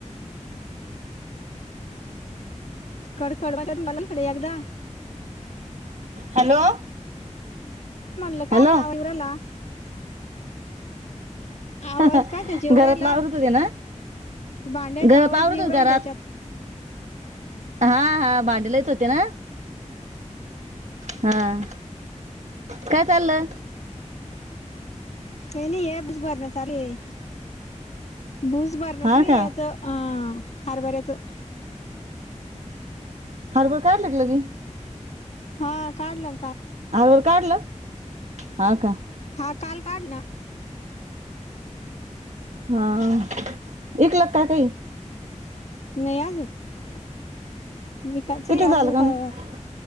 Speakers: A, on the left (about 60°); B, on the right (about 65°).
A: खड खड <unintelligible> इकडे एकदा.
B: हॅलो.
A: काय
B: हॅलो
A: च आवाज येऊ रायला? आवाज
B: घरातलं
A: कशाचा येऊ राहिला
B: आवरु तुझ्या ना?
A: ते भांड्याचा
B: घरात
A: आवाज येऊ
B: <unintelligible>
A: राहिला
B: घरात
A: त्याच्यात
B: हा हा भांडलेच होते ना? हा. काय चाल्लं?
A: काही नाहि ए भुस भरण्या चालू ए भुस भरण्या
B: हा का
A: <unintelligible> याच अं हरभऱ्याच.
B: हरबरे काढल कां? <unintelligible>
A: हा काढलं ना काल.
B: हळूहळू काढलं. हा का?
A: हा काल काढलं ना.
B: ह आ. एक लाख ताट ए.
A: नाई अजूनं. निघायचय
B: किती झालं
A: आजून
B: ना
A: का,